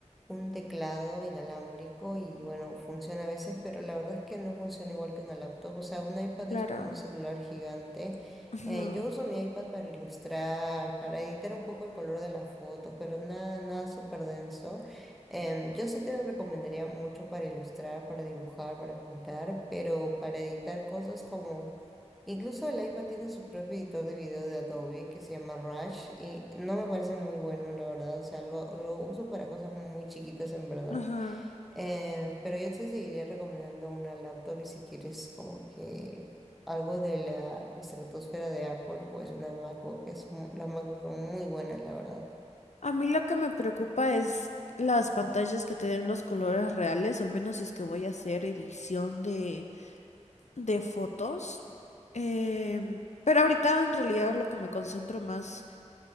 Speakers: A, in the centre; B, on the left.
A: un teclado inalámbrico y bueno, funciona a veces, pero la verdad es que no funciona igual que una laptop. O sea, un iPad
B: Claro.
A: es como un celular gigante.
B: Ujú,
A: Eh, yo uso mi iPad para ilustrar, para editar un poco el color de las fotos, pero nada, nada súper denso. Em, yo sí te lo recomendaría mucho para ilustrar, para dibujar, para pintar, pero para editar cosas como Incluso el iPad tiene su propio editor de video de Adobe que se llama Rush y no me parece muy bueno, la verdad. O sea, lo, lo uso para cosas muy chiquitas en verdad.
B: Ajá.
A: Eh, pero yo te seguiría recomendando una laptop y si quieres como que algo de la estratosfera de Apple, pues una MacBook es, mu- las MacBooks son muy buenas, la verdad.
B: A mí lo que me preocupa es las pantallas que te den los colores reales, al menos si es que voy a hacer edición de, de fotos. Em, pero ahorita en realidad lo que me concentro más